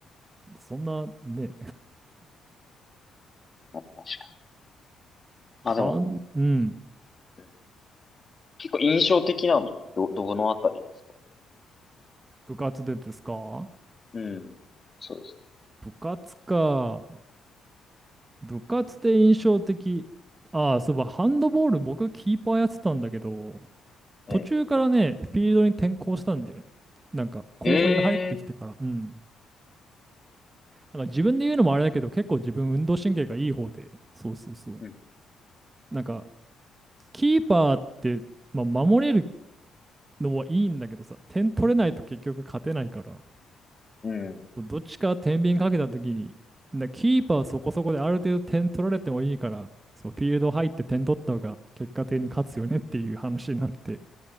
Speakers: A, on the right; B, on the left.
A: そんなね、
B: まあ確かに。
A: はん、
B: まあでも、
A: うん、
B: うん結構印象的なのってど、どのあたりですか
A: 部活でですか
B: うん。そうです。
A: 部活か。部活で印象的。ああ、そういえばハンドボール僕キーパーやってたんだけど、
B: え
A: 途中からね、フィールドに転向したんだよね。なんか後輩が入ってきてから。
B: え。え
A: うん。なんか自分で言うのもあれだけど、結構自分運動神経がいい方で、そうそうそう。
B: うん
A: なんかキーパーって、まあ、守れるのはいいんだけどさ、点取れないと結局勝てないから、
B: うんえ。うん。
A: どっちか天秤かけた時に、なキーパーそこそこである程度点取られてもいいから、そう、フィールド入って点取った方が結果的に勝つよねっていう話になって、